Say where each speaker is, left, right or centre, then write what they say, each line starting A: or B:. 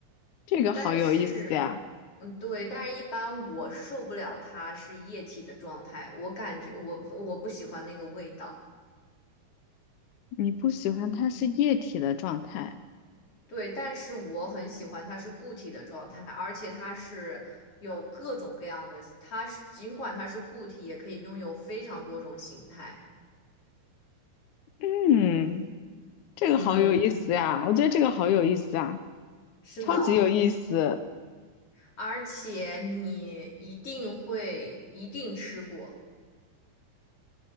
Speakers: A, on the left (about 80°); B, on the left (about 35°).
A: 这个好有意思呀！
B: 但是，嗯，对，但是一般我受不了它是液体的状态，我感觉我我不喜欢那个味道。
A: 你不喜欢它是液体的状态。
B: 对，但是我很喜欢它是固体的状态，而且它是有各种各样的，它是尽管它是固体，也可以拥有非常多种形态。
A: 嗯，这个好有意思呀！
B: 嗯，
A: 我觉得这个好有意思啊，
B: 是呢，
A: 超级有意思，
B: 而且你一定会一定吃过，